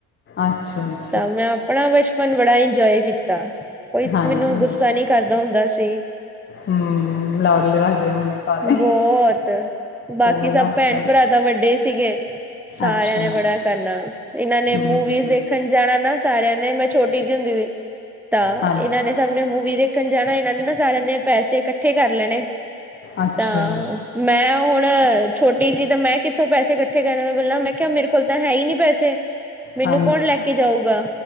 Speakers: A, on the left; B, in the centre.
A: ਅੱਛਾ ਜੀ।
B: ਤਾਂ ਮੈਂ ਆਪਣਾ ਬਚਪਨ ਬੜਾ ਇੰਜੋਏ ਕੀਤਾ। ਕੋਈ
A: ਹਾਂਜੀ
B: ਮੈਨੂੰ
A: ਹਾਂਜੀ
B: ਗੁੱਸਾ ਨਹੀਂ ਕਰਦਾ ਹੁੰਦਾ ਸੀ।
A: ਹਮ, ਲਾਡਲੇ ਰੱਖਦੇ ਹੋਣਗੇ। ਸਾਰੇ
B: ਬਹੁਤ, ਬਾਕੀ
A: ਉਹ ਗੱਲਾਂ
B: ਸਭ
A: ਹੁੰਦੀਆਂ
B: ਭੈਣ
A: ਨੇ
B: ਭਰਾ। ਤਾਂ ਵੱਡੇ ਸੀਗੇ, ਸਾਰਿਆਂ
A: ਅੱਛਾ
B: ਨੇ ਬੜਾ ਕਰਨਾ, ਇਹਨਾਂ ਨੇ
A: ਹਮ
B: ਮੂਵੀਜ਼ ਦੇਖਣ। ਜਾਣਾ ਨਾ ਸਾਰਿਆਂ ਨੇ ਮੈਂ ਛੋਟੀ ਜਿਹੀ ਹੁੰਦੀ ਸੀ, ਤਾਂ
A: ਹਾਂਜੀ
B: ਇਹਨਾਂ ਨੇ। ਸਭ ਨੇ ਮੂਵੀ ਦੇਖਣ ਜਾਣਾ ਇਹਨਾਂ ਨੇ ਨਾ ਸਾਰਿਆਂ ਨੇ ਪੈਸੇ ਇਕੱਠੇ ਕਰ ਲੈਣੇ।
A: ਅੱਛਾ
B: ਤਾਂ, ਮੈਂ ਹੁਣ ਛੋਟੀ ਜੀ ਤਾਂ ਮੈਂ ਕਿੱਥੋਂ ਪੈਸੇ ਇਕਠੇ। ਕਠੇ ਕਰਾ ਮੈ ਪਹਿਲਾਂ ਮੈਂ ਕਿਹਾ ਮੇਰੇ ਕੋਲ ਤਾਂ ਹੈ ਈ ਨੀ ਪੈਸੇ। ਮੈਨੂੰ
A: ਹਾਂਜੀ
B: ਕੌਣ ਲੈ ਕੇ ਜਾਊਗਾ,